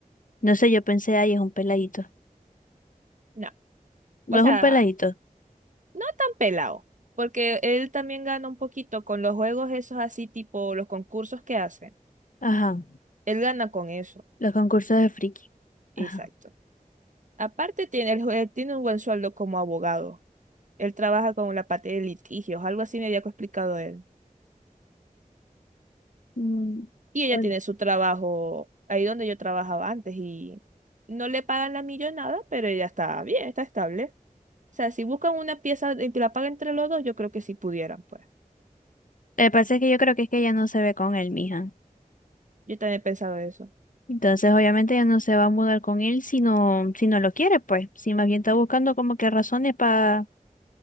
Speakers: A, on the left (about 65°); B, on the right (about 60°).
A: no sé, yo pensé, ay, es un peladito.
B: No,
A: No
B: o
A: es
B: sea,
A: un peladito.
B: no tan pelado, porque él también gana un poquito con los juegos esos así, tipo los concursos que hace.
A: Ajá.
B: Él gana con eso,
A: Los concursos de friki.
B: exacto.
A: Ajá.
B: Aparte tiene, el jue- tiene un buen sueldo como abogado. Él trabaja con la parte de litigios, algo así me había explicado él.
A: Mm.
B: Y ella
A: Bueno.
B: tiene su trabajo ahí donde yo trabajaba antes y no le pagan la millonada, pero ella está bien, está estable. O sea, si buscan una pieza y que la paguen entre los dos, yo creo que sí pudieran, pues.
A: Lo que pasa es que yo creo que es que ella no se ve con él, mija.
B: Yo también he pensado eso.
A: Entonces, obviamente, ya no se va a mudar con él si no, si no lo quiere, pues. Si más bien está buscando como que razones para